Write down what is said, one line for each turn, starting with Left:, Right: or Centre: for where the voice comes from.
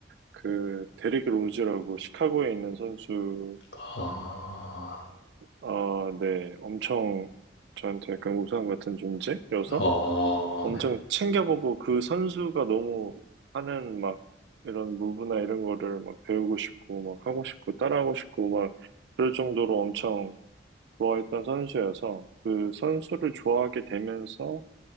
Right: 그 데릭 로즈라고 시카고에 있는 선수가
Left: 아,
Right: 어, 네, 엄청 저한테 약간 우상 같은 존재여서
Left: 어,
Right: 엄청
Left: 네.
Right: 챙겨보고 그 선수가 너무 하는 막 이런 무브나 이런 거를 막 배우고 싶고 막 하고 싶고 따라하고 싶고 막 그럴 정도로 엄청 좋아했던 선수여서 그 선수를 좋아하게 되면서